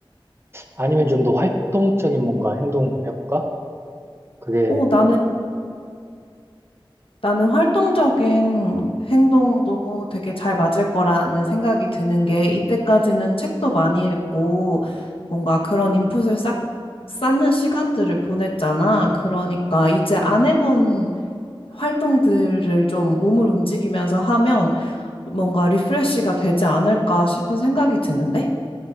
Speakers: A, on the right (about 25°); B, on the left (about 75°).
A: 아니면 좀 더 활동적인 뭔가 행동을 해볼까? 그게
B: 어, 나는 나는 활동적인 행동도 되게 잘 맞을 거라는 생각이 드는 게 이때까지는 책도 많이 읽고 뭔가 그런 인풋을 싹 쌓는 시간들을 보냈잖아. 그러니까 이제 안 해본 활동들을 좀 몸을 움직이면서 하면 뭔가 리프레시가 되지 않을까 싶은 생각이 드는데